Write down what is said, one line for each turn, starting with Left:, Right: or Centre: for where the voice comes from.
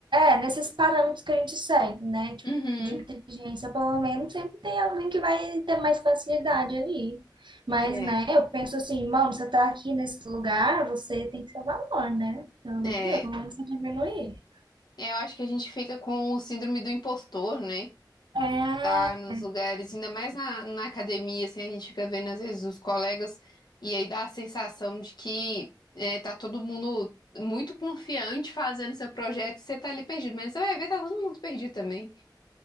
Right: é, nesses parâmetros que a gente segue, né? Tipo,
Left: Uhum.
Right: de inteligência, pelo menos, sempre tem alguém que vai ter mais facilidade ali. Mas,
Left: É,
Right: né, eu penso assim, mano, você tá aqui nesse lugar, você tem que ter valor, né? Pelo amor
Left: é.
Right: de Deus, não se diminuir.
Left: Eu acho que a gente fica com o síndrome do impostor, né?
Right: É.
Left: estar nos lugares, ainda mais na, na academia, assim, a gente fica vendo às vezes os colegas e aí dá a sensação de que é, tá todo mundo muito confiante fazendo seu projeto e você tá ali perdido, mas você vai ver, tá todo mundo perdido também,